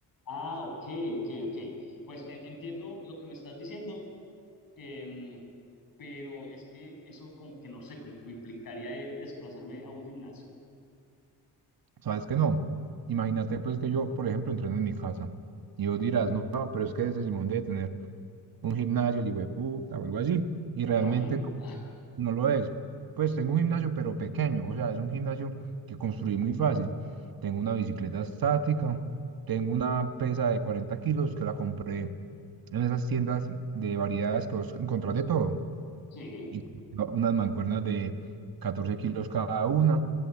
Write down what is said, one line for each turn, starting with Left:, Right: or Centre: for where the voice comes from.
Left: Ah, ok, ok, ok. Pues eh, entiendo lo que me estás diciendo, Em, pero es que eso como que no sé, como que me implicaría eh, desplazarme a un gimnasio,
Right: ¿Sabes que no? Imagínate pues que yo, por ejemplo, entreno en mi casa y vos dirás, no, no, pero es que ese Simón debe tener un gimnasio, el hijo de puta o algo así. Y
Left: me
Right: realmente
Left: imagino. <laughs>
Right: No lo es. Pues tengo un gimnasio, pero pequeño, o sea, es un gimnasio que construí muy fácil. Tengo una bicicleta estática, tengo una pesa de 40 kilos que la compré en esas tiendas de variedades que vos encontrás de todo.
Left: Sí,
Right: Y unas mancuernas de 14 kilos cada una.